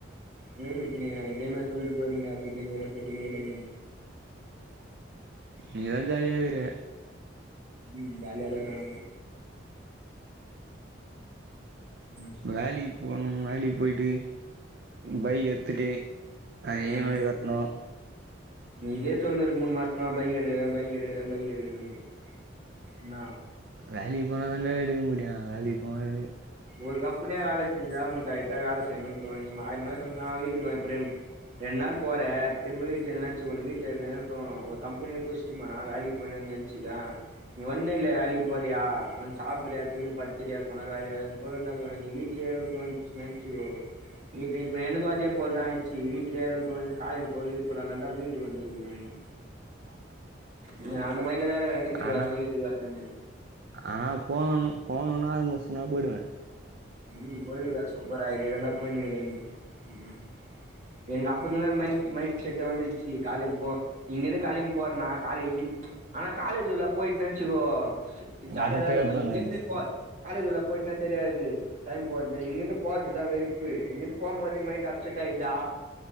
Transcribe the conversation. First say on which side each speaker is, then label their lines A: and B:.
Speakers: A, on the right; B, on the right.
A: உண்மையிலே சுத்தினுக்றாங்க இதே மாதிரி சொல்ட்டு போயிருவிங்கடா சுத்தினுருக்க சுத்தினுருக்கனு
B: நீதா ஜாலியா இருக்ர
A: ம் ஜாலியா இருக்றாங்கோ ம்
B: வேலிவ் போணு வேலய்க்கு போய்ட்டு பைக் எடுத்துட்டு அ இ
A: ம்
B: எம் ஐ கட்ணு
A: நீ இதே சொல்ணிரு மூணு மாசமா பைக் எடுக்றே பைக் எடுக்றே பைக் எடுக்றணு இன்னா
B: வேலைக் போனா தாண்டா எடுக்க முடியு வேலைக்கு போனத
A: ஒரு கம்பெனில வேலை செஞ்சா உனக் கரெக்டா வேலை செய்யணுன் தோணு நீ மாறி மாறி இருந்தா வீட்டுக்கு வா ப்ரேம் ரெண்டு நாள் போற திரும்ப வீட்ல இருந்தின வச்சுக்கோ உனக்கு வீட்ல இருக்ணு தா தோணு ஒரு கம்பெனிய புடிச்ட்டு போனா வேலைக்கு போயினே நெனச்சுக்க நீ ஒன்னு இல்ல வேலைக்கு போறியா வந்து சாப்டறியா திரும்பி படுத்துறியா கொஞ்ச நேர வேற யார்ன போதுனம நீ வீட்லயே இருன் தோணிர்ச்சு நெனைச்சுக்கோ இப்ப ப்ப எனக்கு அதே போல் தா ஆயிடுச்சு வீட்லயே இருன் தோணுது காலேஜ் போ விருப்பல்ல அதனாலதா வீட்டுக்கு வந்ருக்க நானு
B: <unintelligible>
A: நீ அந்த மைண்ட்ல தானர வீட்டுக்கு
B: ஆனா
A: வர்ணு வீட்டுக்கு வர்ணுனு
B: ஆனா போணுன போணுனா ஆறு மாசனாலு போய்டுவே
A: ம் போயிடுவிடா சூப்பரா இதே தான்டா போயிணுருக்க நீ ம் எனக்கு அப்பத்துலந் மைண்ட் மைண்ட் செட் வந்துர்ச்சு காலேஜ் போ இங்கிருந்து கெளம்பி போறனா காலே ஆனா காலேஜ்குள்ள போயிட்னு வெச்சுகோ ஜாலியாதா
B: வரப்பே
A: இருக்கு
B: இருப்பானு
A: இங்கிருந்து
B: அது
A: போ காலேஜ்குள்ள போயிட்னா தெரியாது டைம் போர்து இங்க இர்ந்து போர்து தா வெறுப்பு இங்க இர்ந்து போம் போதே மைண்ட் அப்செட் ஆயிடுதா